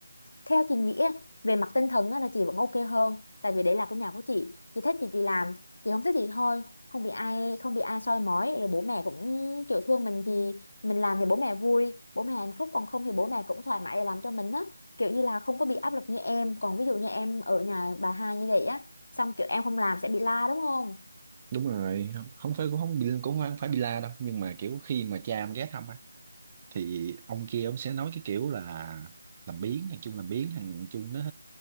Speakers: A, on the left; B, on the right.
A: theo chị nghĩ á, về mặt tinh thần á, là chị vẫn ok hơn tại vì đấy là cái nhà của chị chị thích thì chị làm chị không thích thì thôi không bị ai không bị ai soi mói rồi bố mẹ cũng kiểu thương mình thì mình làm thì bố mẹ vui bố mẹ hạnh phúc còn không thì bố mẹ cũng thoải mái để làm cho mình á kiểu như là không có bị áp lực như em còn ví dụ như em ở nhà bà hai như vậy á xong kiểu em không làm sẽ bị la đúng không
B: đúng rồi không, không phải cũng không bị cũng không phải bị la đâu nhưng mà kiểu khi mà cha em ghé thăm á thì ông kia ông sẽ nói cái kiểu là làm biếng thằng chung làm biếng thằng chung nó